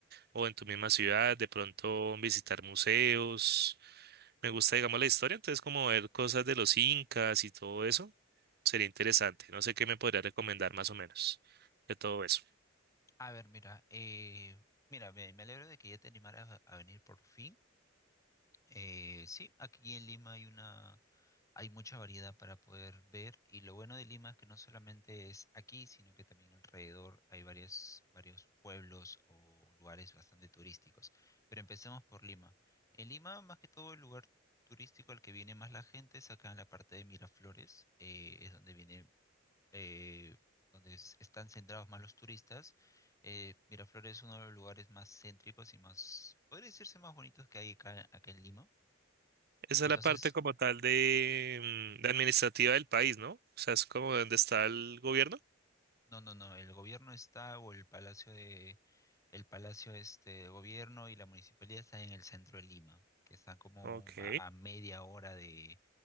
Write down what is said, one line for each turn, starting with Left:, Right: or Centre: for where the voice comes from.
Right: o en tu misma ciudad, de pronto visitar museos. Me gusta, digamos, la historia, entonces como ver cosas de los incas y todo eso, sería interesante. No sé qué me podría recomendar más o menos de todo eso.
Left: A ver, mira, eh, mira, me, me alegro de que ya te animaras a, a venir por fin. Eh, sí, aquí en Lima hay una, hay mucha variedad para poder ver y lo bueno de Lima es que no solamente es aquí, sino que también alrededor hay varias, varios pueblos o lugares bastante turísticos. Pero empecemos por Lima. En Lima, más que todo, el lugar turístico al que viene más la gente es acá en la parte de Miraflores, eh, es donde viene, eh, donde es- están centrados más los turistas. Eh, Miraflores es uno de los lugares más céntricos y más, podría decirse más bonitos que hay acá acá en Lima
Right: Esa
Left: entonces,
Right: es la parte como tal de, mm, de administrativa del país, ¿no? O sea, es como donde está el gobierno.
Left: no, no, no, el gobierno está o el palacio de el palacio este de gobierno y la municipalidad está en el centro de Lima, que está como
Right: Ok,
Left: a, a media hora de,